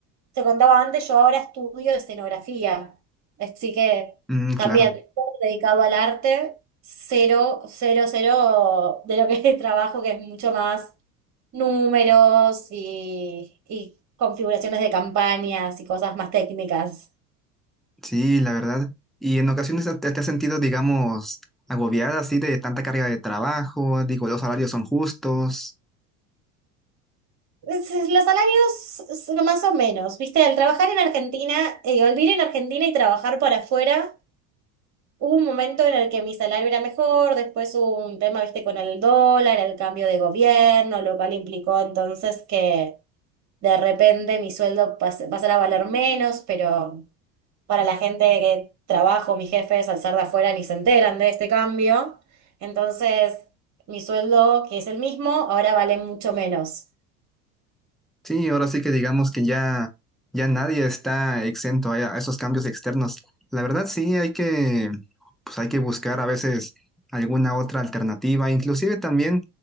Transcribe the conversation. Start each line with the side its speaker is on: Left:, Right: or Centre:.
Right: te contaba antes, yo ahora estudio escenografía, así que
Centre: Mm,
Right: también
Centre: claro.
Right: todo dedicado al arte, cero, cero, cero de lo que <laughs> es trabajo, que es mucho más números y, y configuraciones de campañas y cosas más técnicas.
Centre: Sí, la verdad. Y en ocasiones te, te has sentido, digamos, agobiada así de tanta carga de trabajo, digo, los salarios son justos.
Right: Es- es- Los salarios s- más o menos, viste, al trabajar en Argentina, eh, al vivir en Argentina y trabajar para afuera, hubo un momento en el que mi salario era mejor, después hubo un tema, viste, con el dólar, el cambio de gobierno, lo cual implicó entonces que de repente mi sueldo pas- pasara a valer menos, pero para la gente que trabajo, mis jefes, al ser de afuera, ni se enteran de este cambio. Entonces, mi sueldo, que es el mismo, ahora vale mucho menos.
Centre: Sí, ahora sí que digamos que ya, ya nadie está exento a, a esos cambios externos. La verdad sí hay que, pues hay que buscar a veces alguna otra alternativa, inclusive también